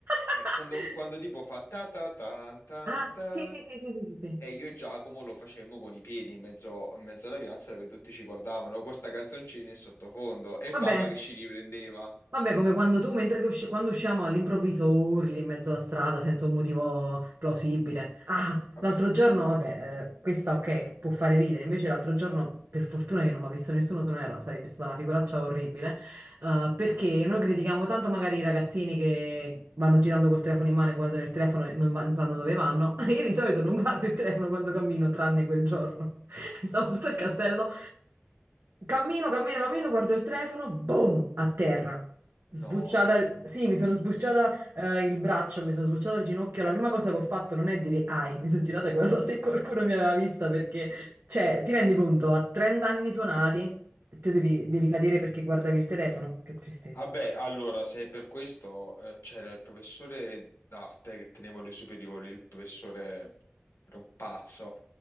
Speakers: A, on the right; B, on the left.
A: <laughs>
B: eh, quando, quando tipo fa ta ta tan tan
A: Ah,
B: ta,
A: sì, sì, sì, sì, sì, sì, sì.
B: e io e Giacomo lo facemmo con i piedi in mezzo, in mezzo alla piazza dove tutti ci guardavano con sta canzoncina in sottofondo e
A: Vabbè,
B: Papa che ci riprendeva.
A: Vabbè, come quando tu, mentre che usci- quando usciamo all'improvviso urli in mezzo alla strada senza un motivo plausibile. Ah,
B: Vabbè,
A: l'altro
B: ma
A: giorno, vabbè, eh, questa ok, può fare ridere, invece l'altro giorno, per fortuna che non mi ha visto nessuno, se no era- sarebbe stata una figuraccia orribile, eh, perché noi critichiamo tanto magari i ragazzini che vanno girando col telefono in mano e guardano il telefono e non, va- non sanno dove vanno. <laughs> Io di solito non guardo il telefono quando cammino, tranne quel giorno. <laughs> Stavo sotto il castello Cammino, cammino, cammino, guardo il telefono, boom, a terra. Sbucciata,
B: no.
A: il- sì, mi sono sbucciata eh, il braccio, mi sono sbucciata il ginocchio. La prima cosa che ho fatto non è dire ai, mi sono girata e guardata se qualcuno mi aveva vista perché, cioè, ti rendi conto, a 30 anni suonati, te devi, devi cadere perché guardavi il telefono. Che tristezza.
B: Vabbè, allora, se è per questo, eh, c'era il professore d'arte che tenevo le superiori, il professore era un pazzo,